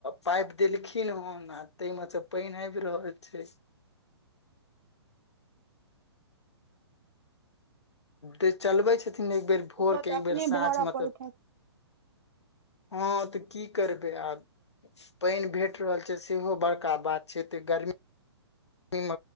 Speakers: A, on the left; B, on the right.
A: पाइप देलखिन हन आ ताइमे से पाइन आबि रहल छै जे चलबै छथिन एकबेर भोरके
B: ओहो तऽ
A: एकबेर
B: अपने
A: साँझ
B: भरऽ
A: मतलब
B: पड़ैत हैत
A: हँ तऽ की करबै आब पानि भेट रहल छै सेहो बड़का बात छै एतेऽ गर्मी